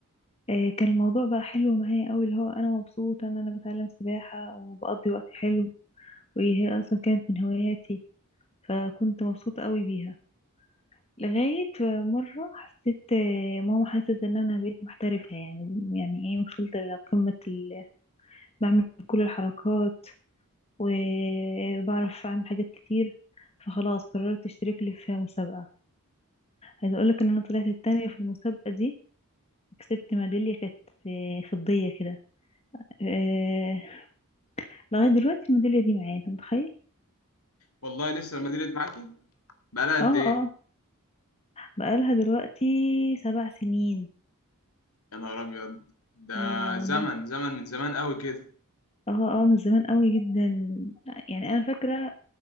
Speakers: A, on the left; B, on the left.
A: آه، كان الموضوع بقى حلو معايا قوي اللي هو انا مبسوطه ان انا بتعلم سباحه وبقضي وقت حلو وهي اصلا كانت من هواياتي فكنت مبسوطه قوي بيها لغاية مرة حسيت آه، ماما حست ان انا بقيت محترفة يعني يعني ايه وصلت لقمة ال... بعمل كل الحركات وبعرف اعمل حاجات كتير فخلاص قررت اشترك لي في مسابقة عايزة اقولك ان انا طلعت التانية في المسابقة دي كسبت ميدالية كانت آه، فضية كده آه، لغاية دلوقتي الميدالية دي معايا انت متخيل؟
B: والله لسه المدينه معاكي بقالها قد
A: اه
B: ايه
A: اه بقالها دلوقتي سبع سنين
B: يا نهار ابيض ده
A: اه
B: زمن
A: ده
B: زمن من زمان قوي كده
A: اه اه من زمان قوي جدا يعني انا فاكرة